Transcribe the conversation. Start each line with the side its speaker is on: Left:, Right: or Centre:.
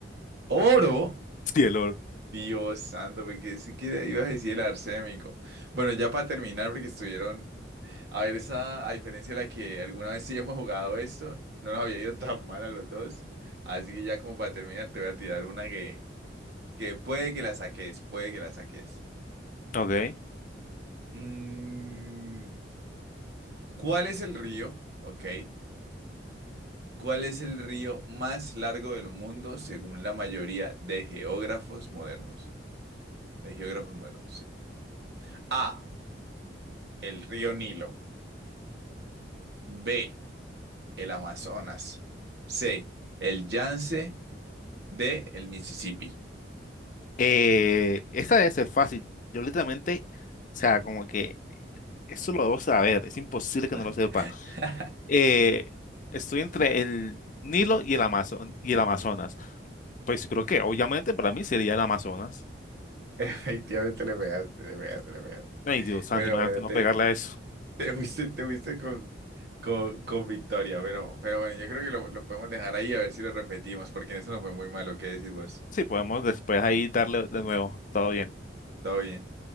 Right: Oro.
Left: Sí, el oro.
Right: Dios santo, porque si que ibas a decir el arsénico. Bueno, ya para terminar, porque estuvieron. A ver, esa, a diferencia de la que alguna vez sí <laughs> hemos jugado esto, no nos había ido tan mal a los dos. Así que ya como para terminar, te voy a tirar una que, que puede que la saques, puede que la saques.
Left: Ok.
Right: Mm, ¿cuál es el río? Ok. ¿Cuál es el río más largo del mundo según la mayoría de geógrafos modernos? De geógrafos modernos, sí. A. El río Nilo. B. el Amazonas. C, el Yance. D, el Mississippi.
Left: Eh, esta debe ser fácil. Yo literalmente, o sea, como que eso lo debo saber. Es imposible que no lo
Right: <laughs>
Left: sepa. eh, estoy entre el Nilo y el Amazo- y el Amazonas. Pues creo que obviamente para mí sería el Amazonas.
Right: Efectivamente le pegaste, le pegaste, le pegaste.
Left: Ay, Dios santo,
Right: Bueno,
Left: imagínate
Right: bueno,
Left: no
Right: te,
Left: pegarle a eso.
Right: te fuiste, te fuiste con, con, con victoria, pero, pero bueno, yo creo que lo, lo podemos dejar ahí a ver si lo repetimos, porque en eso no fue muy malo. ¿Qué decís vos?
Left: Sí, podemos después ahí darle de nuevo. Todo bien.
Right: Todo bien.